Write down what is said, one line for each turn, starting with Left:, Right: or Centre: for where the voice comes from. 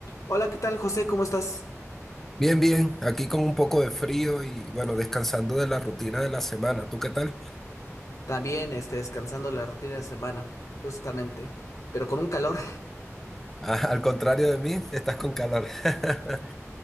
Left: Hola, ¿qué tal, José? ¿Cómo estás?
Centre: Bien, bien, aquí con un poco de frío y bueno, descansando de la rutina de la semana. ¿Tú qué tal?
Left: También, este, descansando la rutina de semana, justamente, pero con un calor.
Centre: Ah, al contrario de mí, estás con calor. <laughs>